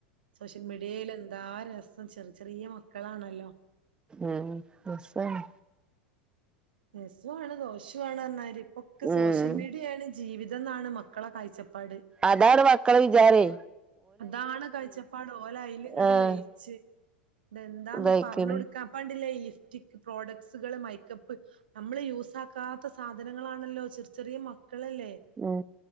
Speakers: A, on the right; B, on the right.
A: സോഷ്യൽ മീഡിയേല് എന്താ രസം ചെർ ചെറ്യേ മക്കളാണല്ലോ
B: ഉം രസാണ്
A: രസ്സു ആണ് ദോഷു ആണ് പർഞ്ഞമാരി ഇപ്പ ഒക്ക
B: ഉം
A: സോഷ്യൽ മീഡിയേണ് ജീവിത ഇതന്നാണ് മക്കള കാഴ്ചപ്പാട്
B: അതാണ് മക്കളെ വിചാരെ
A: അതാണ് കാഴിച്ചപ്പാട് ഓല അയില് ഇങ്ങട്ട്
B: ആഹ്
A: ലയിച്ച് ഇതെന്താന്ന്
B: ഇതായിക്ക്ണ്
A: പർഞ്ഞ് കൊടുക്കാ ഇപ്പ കണ്ടില്ലേ ഈ ലിഫ്റ്റിക് പ്രോഡക്ട്സുകള് മൈക്കപ്പ് നമ്മള് യൂസാക്കാത്ത സാധനങ്ങളാണല്ലോ ചെർ ചെറ്യേ മക്കളല്ലേ
B: ഉം